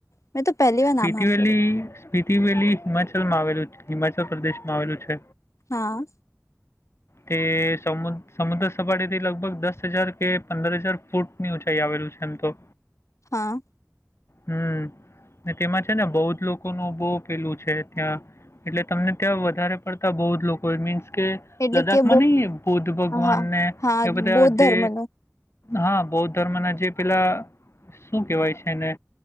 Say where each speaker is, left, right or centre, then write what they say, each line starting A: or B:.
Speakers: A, on the left; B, on the left.
A: મેં તો પહેલી વાર
B: સ્પિતિવેલી
A: નામ સાંભળ્યું
B: સ્પતિવેલી હિમાચલ માં આવેલું છે. હિમાચલ પ્રદેશ માં આવેલું છે.
A: હા
B: તે સમ સમુદ્ર સપાટીથી લગભગ દસ હજાર કે પંદર હજાર ફૂટ ની ઉઊંચાઈ આવેલું છે એમ તો
A: હા
B: હમ તેમાં છે ને બૌદ્ર જ લોકો ન બહુ પેલું છે ત્યાં એટલે તમને ત્યાં વધારે પડતા બૌુ જ લોકો મીન્સ કે
A: એટલે
B: લદ્દાખ
A: કે
B: માં નહી બૌદ્ધ ભગવાન
A: હા
B: ને
A: હા
B: એ બધા
A: બૌદ્ધ ધર્મ
B: જે
A: ન
B: હા બૌદ્ધ ધર્મ ના જે પેલા શું કેહેવાય છે ને